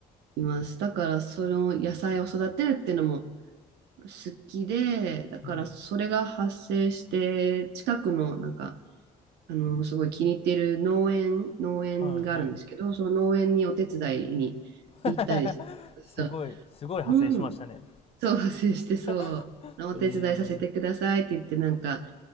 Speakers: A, on the right; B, on the left.
A: います。だから、その野菜を育てるっていうのも、好きで、だからそれが発生して、
B: うん。
A: 近くのなんか、あの、すごい気に入っている農園、農園があるんですけど、
B: はいはい。
A: その農園にお手伝いに行ったりして
B: <laughs> すごい、
A: ます、
B: すごい派生しましたね。
A: うん、そう、発生してそう、
B: <laughs>
A: お手伝いさせてくださいって言って、
B: ええ
A: なんか、